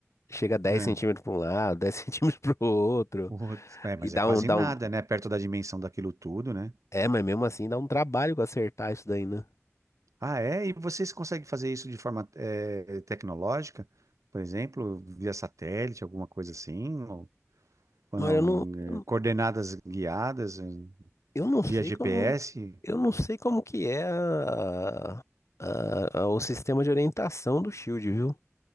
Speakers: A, on the left; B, on the right.
A: chega dez
B: Ah,
A: centímetros para um lado, 10 <laughs> centímetros para o outro,
B: putz. é, mas
A: e dá
B: é quase
A: um, dá
B: nada,
A: um.
B: né? Perto da dimensão daquilo tudo, né?
A: É, mas mesmo assim dá um trabalho pra acertar isso daí, né?
B: Ah, é? E vocês conseguem fazer isso de forma eh, tecnológica? Por exemplo, via satélite, alguma coisa assim? Ou, ou
A: Mas
B: não?
A: eu não, eu, não
B: eh, coordenadas guiadas, eh,
A: eu não sei
B: via GPS?
A: como. Eu não sei como que é a- a- a- o sistema de orientação do Shield, viu?